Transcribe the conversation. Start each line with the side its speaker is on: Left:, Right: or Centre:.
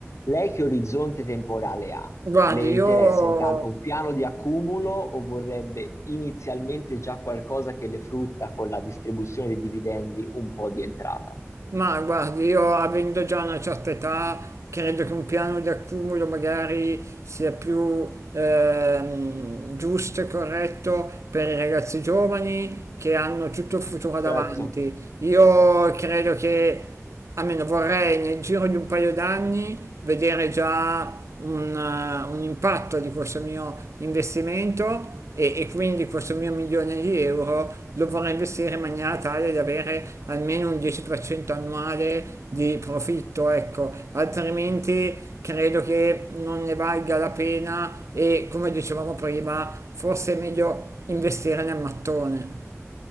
Left: Lei che orizzonte temporale ha?
Right: Guardi,
Left: Le interessa
Right: io...
Left: intanto un piano di accumulo o vorrebbe inizialmente già qualcosa che le frutta con la distribuzione dei dividendi un po' di entrata?
Right: Ma guardi, io avendo già una certa età, credo che un piano di accumulo magari sia più ehm, giusto e corretto per i ragazzi giovani che hanno tutto il futuro
Left: Certo,
Right: davanti. Io credo che Almeno vorrei nel giro di un paio d'anni vedere già un, eh, un impatto di questo mio investimento e, e quindi questo mio milione di euro lo vorrei investire in maniera tale da avere almeno un 10% annuale di profitto, ecco, altrimenti credo che non ne valga la pena e come dicevamo prima, forse è meglio investire nel mattone.